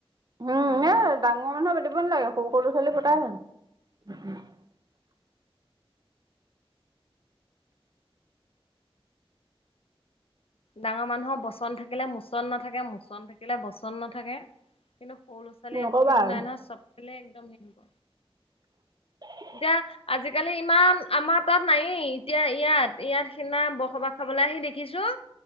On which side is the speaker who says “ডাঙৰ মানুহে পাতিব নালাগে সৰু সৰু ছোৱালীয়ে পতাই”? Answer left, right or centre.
Right